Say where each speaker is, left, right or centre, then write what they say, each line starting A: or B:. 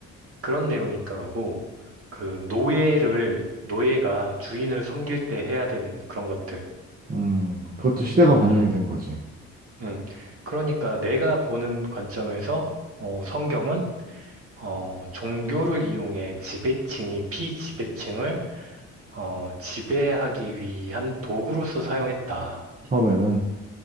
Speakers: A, on the right; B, on the right.
A: 그런 내용이 있더라고. 그 노예를, 노예가 주인을 섬길 때 해야 되는 그런 것들.
B: 음, 그것도 시대가 반영이
A: 음,
B: 된 거지.
A: 음. 그러니까 내가 보는 관점에서, 어, 성경은, 어, 종교를 이용해 지배층이 피지배층을, 어, 지배하기 위한 도구로서 사용했다.
B: 처음에는.